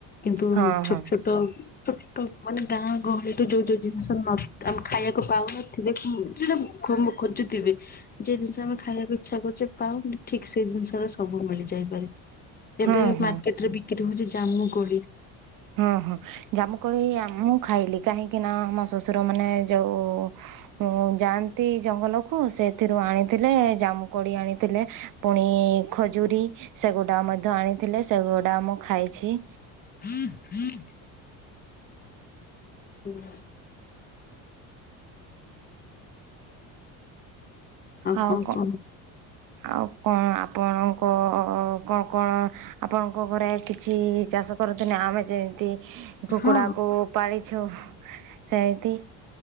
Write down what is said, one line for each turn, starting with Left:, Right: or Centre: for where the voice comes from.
Left: କିନ୍ତୁ
Right: ହଁ
Left: ଛୋଟ
Right: ହଁ
Left: ଛୋଟ ଛୋଟ ମାନେ ଗାଁ ଗହଳିରୁୁ ଯୋଉ ଯୋଉ ଜିନିଷ ଆମେ ଖାଇବାକୁ ପାଉନଥିବେ ଯୋଉ ଟା ମୁଁ ଖୋ ମୋ ଖୋଜୁଥିବି ଯେ ଜିନିଷ ଆମେ ଖାଇଆକ୍ ତା କରୁଚେ ପାଉନି ଠିକ ସେ ଜିନିଷରେ ସବୁ ମିଳିଯାଇପାରେ
Right: ହଁ
Left: ଏବେ
Right: ହଁ।
Left: ମାର୍କେଟ୍ ରେ ବି ଏଠୁ ହଉଚି ଜାମୁକୋଳି।
Right: ହଁ ହଁ, ଜାମୁକୋଳି ଆ ମୁଁ ଖାଇଲି କାହିଁକି ନା ଆମ ଶ୍ୱଶୁର ମାନେ ଯୋଉ ଉଁ ଯାଆନ୍ତି ଜଙ୍ଗଲକୁୁ ସେଥିରୁ ଆଣିଥିଲେ ଜାମୁ କୋଡି ଆଣିଥିଲେ। ପୁଣି ଖଜୁରୀ ସେଗୁଡ଼ା ମଧ୍ୟ ଆଣିଥିଲେ। ସେଗୁଡ଼ା ମୁଁ ଖାଇଛି।
Left: ହଁ ହଁ <unintelligible> ହୁଁ।
Right: ଆଉ
Left: କଣ
Right: କଁ
Left: କଣ
Right: ଆଉ କଣ ଆପଣଙ୍କ କଣ କଣ? ଆପଣଙ୍କ ଘରେ କିଛି ଚାଷ କରନ୍ତିନି ଆମେ ଯେମତି କୁକୁଡ଼ାକୁ
Left: ହଁ।
Right: ପାଳିଛୁ ସେମିତି।